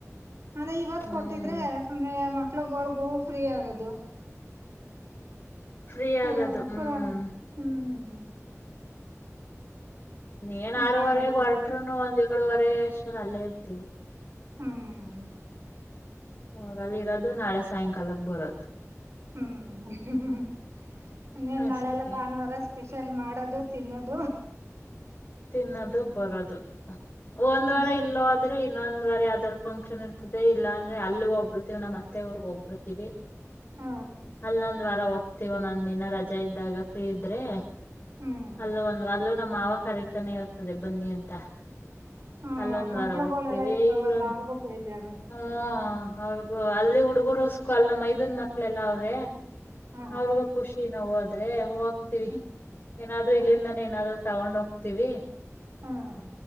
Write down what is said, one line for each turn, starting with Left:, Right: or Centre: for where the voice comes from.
Right: ಅದ ಇವತ್
Left: ಹ್ಮ್
Right: ಕೊಟ್ಟಿದ್ರೆ ಸುಮ್ಮನೆಯ ಮಕ್ಳುಗುಳ್ಗೂ ಫ್ರೀ ಆಗದು.
Left: ಫ್ರೀ ಆಗದು
Right: ಎಲ್ಲಾರೂ
Left: ಹ್ಮ್
Right: ಕೂಡ ಹ್ಮ್.
Left: ನೀನ್ ಆರೂವರೆಗ್
Right: ಟೈಮರಿಗ
Left: ಹೊರಟರುನು ಒಂದ್ ಏಳುವರೆ ಅಷ್ಟರ ಅಲ್ಲೇ ಇರ್ತೀವಿ.
Right: ಹ್ಮ್
Left: ವೊಗ್ ಅಲ್ ಇರೋದು ನಾಳೆ ಸಾಯಂಕಾಲಕ್ ಬರದು.
Right: ಹ್ಮ್ ಹ ಹ ಇನ್ನೇನ್
Left: ಅಷ್ಟೇ
Right: ನಾಳೆಲ್ಲ ಭಾನ್ವಾರ ಸ್ಪೆಷಲ್ ಮಾಡೋದು. ತಿನ್ನದು.
Left: ತಿನ್ನದು ಬರದು ಒಂದ್ ವಾರ
Right: ಅಷ್ಟೆ
Left: ಇಲ್ ಹೋದ್ರೆ ಇನ್ನೊಂದ್ ವರೆ ಯಾವ್ದಾದ್ರು ಫಂಕ್ಷನ್ ಇರ್ತದೆ ಇಲ್ಲ ಅಂದ್ರೆ ಅಲ್ ಹೋಗ್ಬಿಡ್ತಿವಿ ನಮ್ಮ ಮತ್ತೆ ಊರ್ಗ್ ಹೋಗ್ಬಿಡ್ತಿವಿ.
Right: ಹ
Left: ಅಲ್ಲೊಂದ್ ವಾರ ಹೋಗ್ತವ್ ಓನೊಂದ್ ದಿನ ರಜಾ ಇದ್ದಾಗ ಫ್ರೀ ಇದ್ರೆ.
Right: ಹ್ಮ್
Left: ಅಲ್ಲು ಒಂದ್ ಅಲ್ಲೂ ನಮ್ಮ ಮಾವ ಕರಿತಾನೆ ಇರ್ತದೆ ಬನ್ನಿ ಅಂತ.
Right: ಹ
Left: ಅಲ್ಲೊಂದ್
Right: ಮಕ್ಳುಗಳೆಲ್ಲ
Left: ವಾರ ಹೋಗ್ತೀವಿ
Right: ಇರ್ತಾವಲ್ಲ
Left: ಇಲ್ಲೊಂದ್
Right: ಅವ್ರಿಗೂ ಬೇಜಾರು
Left: ಹುಂ. ಅವ್ರಗು ಅಲ್ ಹುಡಗುರು ಸ್ಕಾಲ ನಮ್ಮ ಮೈದಂದ್ ಮಕ್ಳೆಲ್ಲಾ ಅವ್ರೆ.
Right: ಹ
Left: ಅವ್ರಗೂ ಖುಷಿನ ಹೋದ್ರೆ ಹ ಹೋಗ್ತವಿ
Right: ಹ್ಮ್
Left: ಏನಾದ್ರು
Right: ಹ
Left: ಇಲ್ಲಿಂದ ನಾನ ಏನಾದ್ರು ತಗೊಂಡ್ ಹೋಗ್ತಿವಿ
Right: ಹ್ಮ್